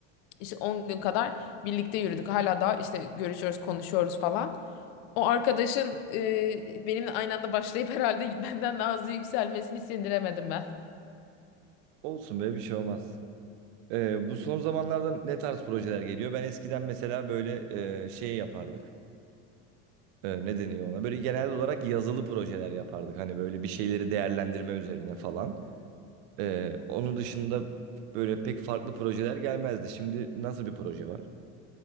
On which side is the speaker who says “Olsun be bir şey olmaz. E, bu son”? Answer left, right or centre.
Right